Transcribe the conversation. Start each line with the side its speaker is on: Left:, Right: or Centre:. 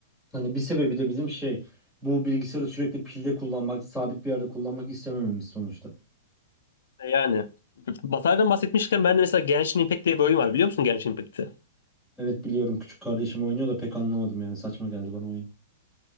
Centre: hani bir sebebi de bizim şey bu bilgisayarı sürekli pilde kullanmak, sabit bir yerde kullanmak istemememiz sonuçta.
Left: E, yani Bataydan bahsetmişken ben de mesela Genshin Impact diye bir oyun var biliyor musun Genshin Impact'i?
Centre: Evet biliyorum küçük kardeşim oynuyor da pek anlamadım yani saçma geldi bana oyun.